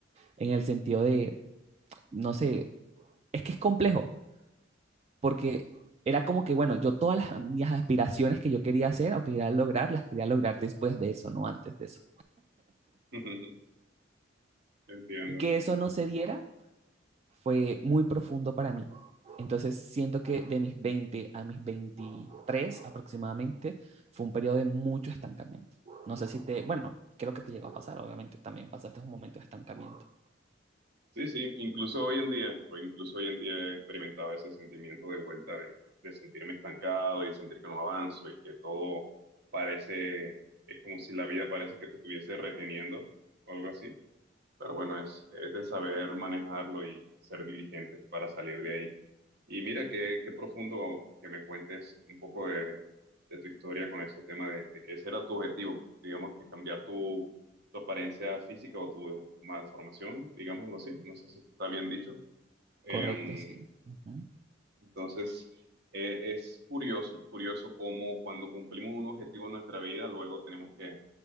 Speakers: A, on the right (about 35°); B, on the right (about 60°).
A: en el sentido de, no sé, es que es complejo, porque era como que, bueno, yo todas las, mis aspiraciones que yo quería hacer o que quería lograr, las quería lograr después de eso, no antes de eso.
B: <laughs> Entiendo.
A: Y que eso no se diera fue muy profundo para mí. Entonces siento que de mis 20 a mis 23 aproximadamente fue un periodo de mucho estancamiento. No sé si te, bueno, creo que te llegó a pasar, obviamente, también pasaste un momento de estancamiento.
B: Sí, sí, incluso hoy en día, o incluso hoy en día he experimentado ese sentimiento de vuelta de, de sentirme estancado y sentir que no avanzo y que todo parece, es como si la vida parece que te estuviese reteniendo o algo así. Pero bueno, es, es de saber manejarlo y ser diligente para salir de ahí. Y mira qué, qué profundo que me cuentes un poco de, de- tu historia con ese tema de, de que ese era tu objetivo, digamos que cambiar tu, tu apariencia física o tu malformación, digámoslo así, no sé si está bien dicho, Em,
A: Correcto, sí. Ujú.
B: entonces, eh, es curioso, es curioso cómo cuando cumplimos un objetivo en nuestra vida, luego tenemos que